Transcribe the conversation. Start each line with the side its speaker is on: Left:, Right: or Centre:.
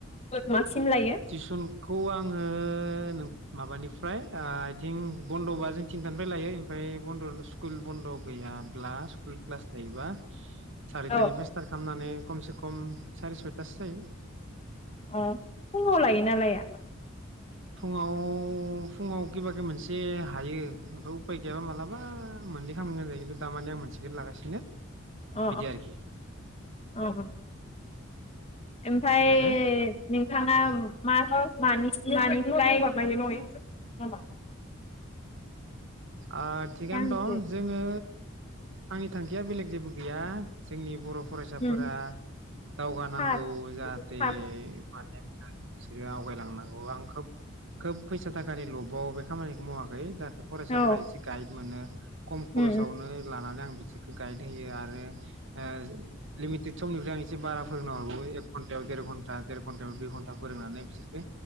Left: मासिम लायो
Right: टिउसनखौ आङो माबानिफ्राय आइथिं बन्दबा जों ओफ्राय लायो ओ बनदननो सु स्कुल बन्द गैयाब्ला स्कुल क्लास थायोबा सारितानिफ्राय
Left: औ
Right: स्टार्ट खालामनानै कमसे कम सार सयथासो जायो
Left: अ फुङाव लायो नालाया?
Right: फुङाव फुङाव गेबा गेब मोनसे हायो ओमफ्राय उफाय गैयाबा मालाबा मोननै खालामगोन जायो खिथु दामान आं मोनसेखौनो लागासिनो
Left: अ
Right: बिदि आरोखि
Left: अ ओमफ्राय
Right: थिगानो
Left: नोंथाङा
Right: औ
Left: मा <unintelligible> नामा
Right: अ थिगानो
Left: आंनिखो
Right: दं जोङो आंनि थांखिया बेलेग जेबो गैया जोंनि बर फरायसाफोरा
Left: उम
Right: दावगानांगौ
Left: खात
Right: जाहाथे
Left: खात
Right: माने बिसोरो आवगायलांनांगौ आं खोब खोब फैसा थाखानि लबाव बे खामानिखौ मावाखै जाथ फरायसाफोरा
Left: औ
Right: इसे गाइड मोनो खम खरसावनो
Left: उम
Right: लाना माने आं बिसोरखौ गाइड होयो आरो ओ लिमिटेड समनिफ्राय आं इसे बारा फोरोंना हरबावो एक घन्टायाव देर घन्टा देर घन्टायाव दुइ घन्टा फोरोंनानै बिसोरखो